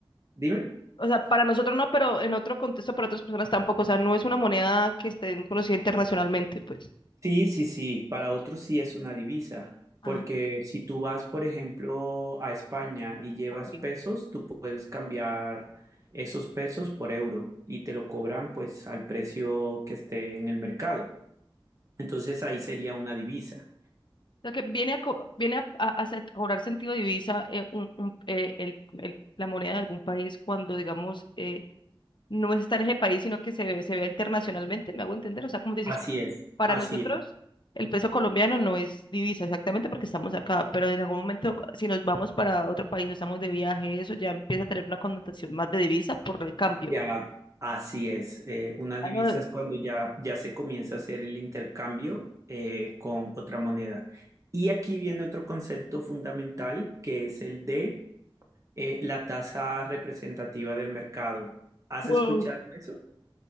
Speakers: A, on the right; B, on the left.
A: dime.
B: O sea, para nosotros no, pero en otro contexto para otras personas tampoco. O sea, no es una moneda que esté conocida internacionalmente, pues.
A: Sí, sí, sí, para otros sí es una divisa,
B: Ah,
A: porque si tú vas, por ejemplo, a España y llevas
B: ok.
A: pesos, tú puedes cambiar esos pesos por euro y te lo cobran pues al precio que esté en el mercado. Entonces ahí sería una divisa.
B: O sea, que viene a, co- viene a, a- a se- cobrar sentido divisa eh, un- un- eh, el- el- la moneda de algún país cuando, digamos, eh, no está en ese país, sino que se, ve- se vea internacionalmente, ¿me hago entender? O sea, como dices,
A: Así
B: para
A: es,
B: para
A: así
B: nosotros
A: es.
B: el peso colombiano no es divisa exactamente porque estamos acá, pero en algún momento si nos vamos para otro país o estamos de viaje, eso ya empieza a tener una connotación más de divisa por el cambio.
A: Ya, así es. Eh, una divisa
B: Ah, no,
A: es cuando ya, ya se comienza a hacer el intercambio eh, con otra moneda. Y aquí viene otro concepto fundamental que es el de eh, la tasa representativa del mercado. ¿Has
B: Wow.
A: escuchado eso?